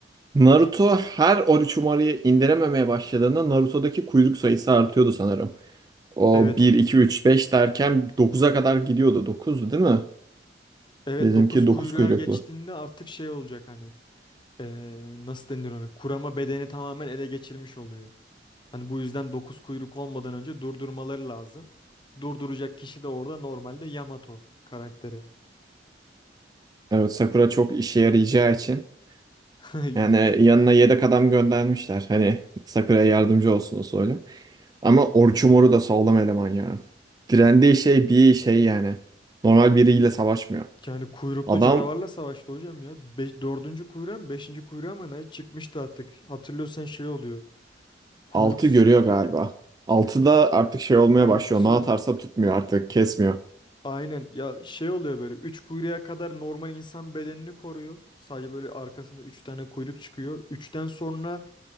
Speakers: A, on the right; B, on the left.
A: Naruto her Orochimaru'yu indirememeye başladığında Naruto'daki kuyruk sayısı artıyordu sanırım. O
B: Evet.
A: bir 2 3 5 derken dokuza kadar gidiyordu. 9'du değil mi?
B: Evet
A: Bizimki
B: 9 kuyruğa
A: 9 kuyruklu.
B: geçtiğinde artık şey olacak hani eee, nasıl denir onu kurama bedeni tamamen ele geçirmiş oluyor. Hani bu yüzden 9 kuyruk olmadan önce durdurmaları lazım. Durduracak kişi de orada normalde Yamato karakteri.
A: Evet Sakura çok işe yarayacağı için.
B: <laughs>
A: Yani yanına yedek adam göndermişler. Hani Sakura'ya yardımcı olsun o Ama Orochimaru da sağlam eleman ya. Direndiği şey bir şey yani. Normal biriyle savaşmıyor.
B: Yani kuyruklu
A: Adam
B: canavarla savaştı hocam ya. Be dördüncü kuyruğa mı beşinci kuyruğa mı ne çıkmıştı artık. Hatırlıyorsan şey oluyor. Kuyruk
A: 6 görüyor galiba. Altı da artık şey olmaya
B: altı
A: başlıyor. Ne atarsa tutmuyor artık, kesmiyor.
B: Aynen ya şey oluyor böyle 3 kuyruğa kadar normal insan bedenini koruyor. Sadece böyle arkasında 3 tane kuyruk çıkıyor. üçten sonra